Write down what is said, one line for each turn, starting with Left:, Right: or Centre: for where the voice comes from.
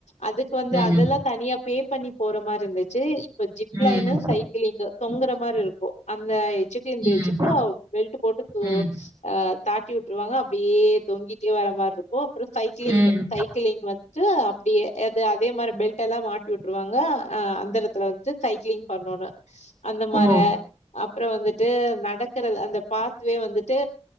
Left: அதுக்கு வந்து
Right: ம்
Left: அதெல்லா தனியா பே பண்ணி போற மாரி இருந்துச்சு இப்ப ஜிப் லைனு
Right: ம்
Left: சைக்கிளிங்கு தொங்கற மாரி இருக் கு அந்த எஜ்ஜுக்கு இந்த எஜ்ஜுக்கு
Right: ம்
Left: பெல்ட் போட்டு து
Right: ம்,
Left: ஆ தாட்டி விட்டுருவாங்க அப் டியே தொங்கிட்டே வர மாரு இருக்கு அப்றோ சைக்கிலிங்
Right: ம்.
Left: சை க்கிள்லிங் வந்துட்டு அப்டியே அது அதே மாரி பெல்ட் எல்லா மாட்டி விட்டுருாங்க அந்தரத்துல வந்துட்டு சைக்கிளிங் பண்ணணு அந்த மார
Right: ஓ!
Left: அப்றோ வந்துட்டு நடக்கிறது அந்த பாத்வே வந்துட்டு